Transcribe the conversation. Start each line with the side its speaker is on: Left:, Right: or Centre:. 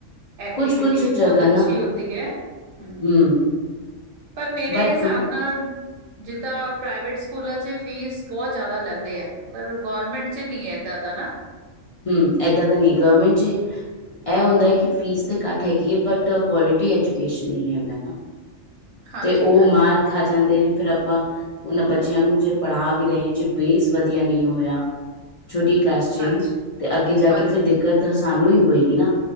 Right: ਐਕਟੀਵਿਟੀ
Left: ਕੁਛ ਕੁਛ
Right: ਵੀ
Left: ਜਗ੍ਹਾ
Right: ਬਹੁਤ ਅੱਛੀ
Left: ਨਾ
Right: ਹੁੰਦੀ ਐ, ਹੂੰ।
Left: ਹਮ
Right: ਪਰ ਮੇਰੇ
Left: ਬਟ
Right: ਹਿਸਾਬ ਨਾਲ ਜਿਦਾਂ ਪ੍ਰਾਈਵੇਟ ਸਕੂਲਾਂ ਚ ਫੀਸ ਬਹੁਤ ਜ਼ਿਆਦਾ ਲੈਂਦੇ ਐ ਪਰ ਗੌਰਮੈਂਟ ਚ ਨਹੀਂ ਐ ਏਦਾਂ ਦਾ।
Left: ਹੂੰ, ਏਦਾਂ ਦਾ ਨੀ ਗੌਰਮੈਂਟ ਚ। ਇਹ ਹੁੰਦਾ ਹੈ ਕਿ ਫੀਸ ਤੇ ਘੱਟ ਹੈਗੀ ਐ, ਬਟ ਕੁਆਲਿਟੀ ਐਜੂਕੇਸ਼ਨ ਨਹੀਂ ਹੈਗਾ ਨਾ।
Right: ਹਾਂਜੀ
Left: ਤੇ ਉਹ
Right: ਹਾਂਜੀ
Left: ਮਾਰ ਖਾ ਜਾਂਦੇ ਨੇ, ਫਿਰ ਆਪਾਂ ਉਹਨਾਂ ਬੱਚਿਆਂ ਨੂੰ ਜੇ ਪੜ੍ਹਾ ਵੀ ਰਹੇ, ਜੇ ਬੇਸ ਵਧੀਆ ਨਹੀਂ ਹੋਇਆ ਛੋਟੀ ਕਲਾਸ ਚ ਹੀ,
Right: ਹਾਂਜੀ
Left: ਤੇ ਅੱਗੇ ਜਾ
Right: ਹਾਂਜੀ
Left: ਕੇ ਫਿਰ ਦਿੱਕਤ ਸਾਨੂੰ ਹੀ ਹੋਏਗੀ ਨਾ।